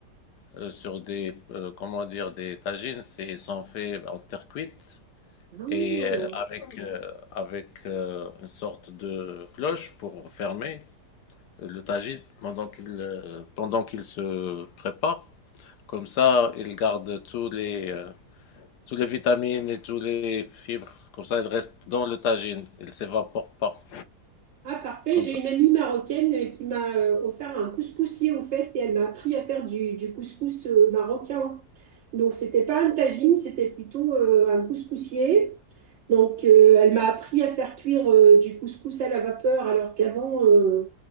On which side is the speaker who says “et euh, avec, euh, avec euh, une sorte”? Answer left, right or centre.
Left